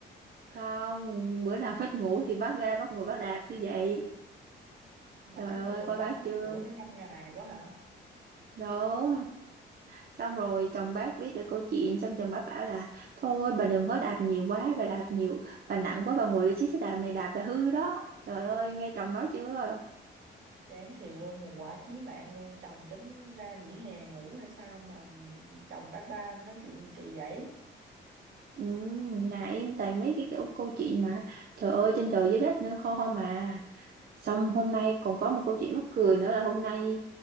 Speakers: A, on the right (about 50°); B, on the right (about 70°).
A: không bữa nào <laughs> mất ngủ thì bác ra bác ngồi bác đạp như vậy
B: mà
A: trời
B: chắc
A: ơi
B: một tuần
A: coi
B: bác
A: bác
B: mất
A: chưa
B: ngủ đến 5 ngày quá hả
A: đúng xong rồi chồng bác biết được câu chuyện xong chồng bác bảo là thôi bà đừng có đạp nhiều quá bà đạp nhiều bà nặng quá bà ngồi lên chiếc xe đạp này đạp là hư đó trời ơi nghe chồng nói chưa
B: chán thiệt luôn một quả chí mạng luôn chồng tính ra dĩa hè ngủ hay sao mà chồng bác ba nói chuyện gì kỳ vậy
A: ừ, nhà em toàn mấy cái kiểu câu chuyện mà trời ơi trên trời dưới đất nữa không không mà xong hôm nay còn có một câu chuyện mắc cười nữa là hôm nay